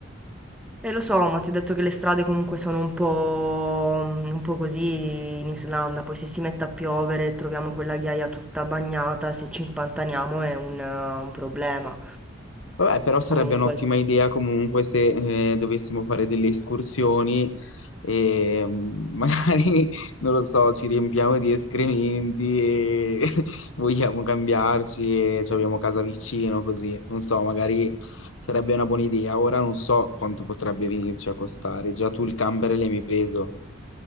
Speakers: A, in the centre; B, on the left.
A: Eh lo so, ma ti ho detto che le strade comunque sono un po', mhmm, un po' così in Islanda, poi se si mette a piovere e troviamo quella ghiaia tutta bagnata, se ci impantaniamo è un eh, un problema.
B: Vabbè, però sarebbe
A: Comunque
B: un'ottima
A: s
B: idea comunque se eh, dovessimo fare delle escursioni e mm, magari, <laughs> non lo so, ci riempiamo di escrementi e <laughs> vogliamo cambiarci e ci abbiamo casa vicino, così. Non so, magari sarebbe una buona idea. Ora non so quanto potrebbe venirci a costare. Già tu il camper l'hai mi preso.